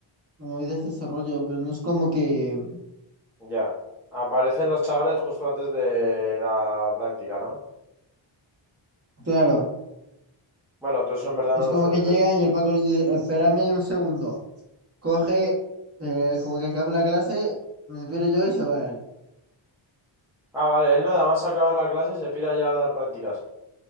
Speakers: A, on the right (about 30°); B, in the centre.
A: o movidas de ese rollo, pero no es como que,
B: Ya. Aparecen los chavales justo antes de la práctica, ¿no?
A: claro,
B: Bueno, tú eso en verdad
A: es
B: no lo
A: como
B: sueles
A: que llegan
B: ver.
A: y el Paco les dice, espérame ahí un segundo, coge, eh, como que acaba la clase, me piro yo y se va él.
B: Ah, vale, él nada más acabar la clase se pira ya a dar prácticas.